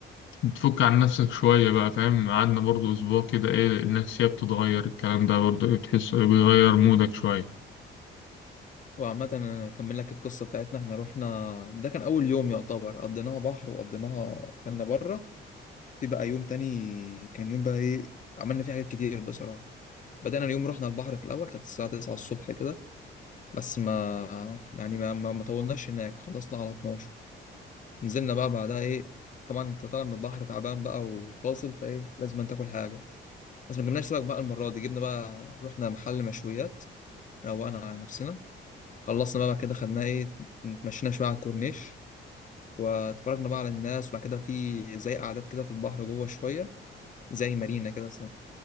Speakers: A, on the left; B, on the left.
A: بتفك عن نفسك شوية بقى فاهم قعدنا برضو اسبوع كده ايه النفسية بتتغير الكلام ده برضو ايه بتحس إيه بيغير مودك شوية
B: وعامة أنا أكمل لك القصة بتاعتنا إحنا رحنا ده كان أول يوم يعتبر قضيناها بحر وقضيناها كنا بره في بقى يوم تاني كان يوم بقى إيه عملنا فيه حاجات كتير بصراحة بدأنا اليوم رحنا البحر في الأول كانت الساعة 9 الصبح كده بس ما يعني ما, ما ما طولناش هناك خلصنا على 12 نزلنا بقى بعدها ايه طبعا انت طالع من البحر تعبان بقى وفاصل فايه لازم تاكل حاجه بس ما جبناش سمك بقى المره دي جبنا بقى رحنا محل مشويات روقنا على نفسنا خلصنا بقى كده خدنا ايه اتمشينا شويه على الكورنيش واتفرجنا بقى على الناس وبعد كده في زي قعدات كده في البحر جوه شويه زي مارينا كده